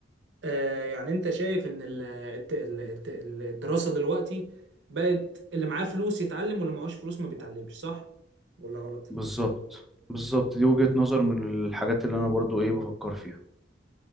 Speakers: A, on the right; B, in the centre.
A: آه، يعني انت شايف ان ال- الت- ال- الت- ال- الدراسة دلوقتي بقت اللي معاه فلوس يتعلم واللي معهوش فلوس ما بيتعلمش صح ولا غلط
B: بالظبط بالظبط دي وجهة نظر من الحاجات اللي انا برضو ايه بفكر فيها